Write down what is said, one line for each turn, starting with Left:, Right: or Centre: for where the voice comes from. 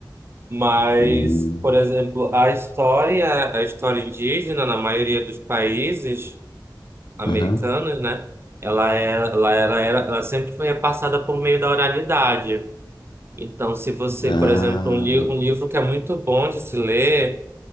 Right: Mas,
Left: Hum,
Right: por exemplo, a história, a história indígena, na maioria dos países americanos,
Left: aham.
Right: né? Ela, é, ela, era, era- ela sempre foi repassada por meio da oralidade. Então, se você,
Left: Ah,
Right: por exemplo, um, li um livro que é muito bom de se ler,